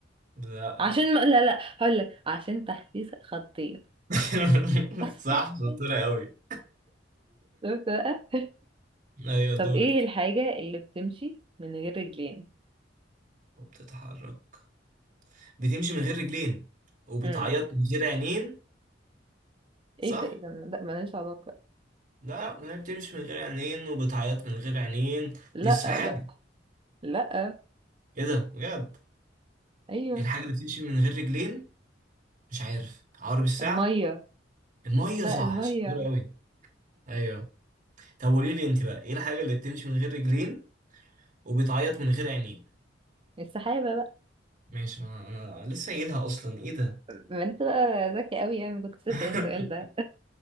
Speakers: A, on the right; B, on the right.
A: لا
B: عشان ما... لا لا هقول لك عشان تحديث خطير
A: <laughs>
B: <laughs>
A: صح شطورة قوي
B: شفت بقى
A: ايوه
B: طب
A: دورك
B: ايه الحاجة اللي بتمشي من غير رجلين
A: وبتتحرك بتمشي من غير رجلين وبتعيط
B: امم
A: من غير عينين صح
B: ايه ده ايه ده لا ملهاش علاقة
A: لا ما هي بتمشي من غير عينين وبتعيط من غير عينين
B: لا
A: دي السحابة
B: لا لا
A: ايه ده بجد
B: ايوه
A: إيه الحاجة اللي بتمشي من غير رجلين مش عارف عقرب الساعة
B: المية
A: المية
B: لا
A: صح
B: المية
A: شطورة أوي أيوه طب قولي لي أنت بقى ايه الحاجة اللي بتمشي من غير رجلين وبتعيط من غير عينين
B: السحابة بقى
A: ماشي ما أنا لسه قايلها أصلا ايه ده
B: ما انت بقى ذكي قوي يعني كنت
A: <laughs>
B: بتسأل السؤال ده